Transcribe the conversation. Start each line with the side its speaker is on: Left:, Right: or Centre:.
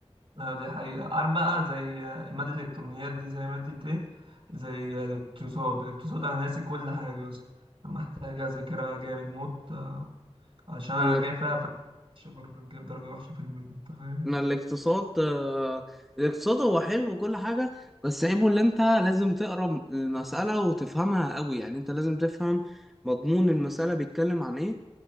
Right: أيوة دي حقيقة عارف بقى زي مادة الإلكترونيات دي زي مادة إيه؟ زي الاقتصاد الاقتصاد أنا ناسي كل حاجة يا اسطى أنا محتاج أذاكرها جامد موت آه، عشان أنا
Centre: انا الاق-
Right: جاي فيها في وحشة برضه جايب درجة وحشة في الميد أنت فاهم؟
Centre: أنا الاقتصاد آه، الاقتصاد هو حلو وكل حاجة بس عيبه اللي انت لازم تقرا المسألة وتفهمها قوي يعني انت لازم تفهم مضمون المسألة بيتكلم عن ايه